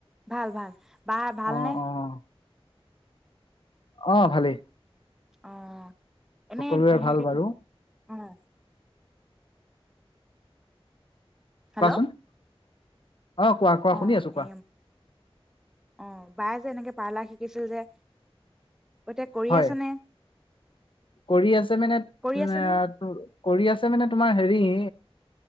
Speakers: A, in the centre; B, on the left.
A: ভাল ভাল বা ভালনে?
B: অ', অ', অ ভালেই।
A: অ। এনেই
B: সকলোৰে ভাল
A: হেৰি
B: বাৰু।
A: আহ। হেল্ল'
B: কোৱাচোন অ কোৱা কোৱা
A: অ',
B: শুনি আছো কোৱা
A: এ অ', বায়ে যে এনেকে পাৰ্লা শিকিছিল যে এতিয়া কৰি
B: হয়
A: আছ নে?
B: কৰি আছে মানে, এ
A: কৰি আছে নে?
B: কৰি আছে মানে তোমাৰ হেৰি এ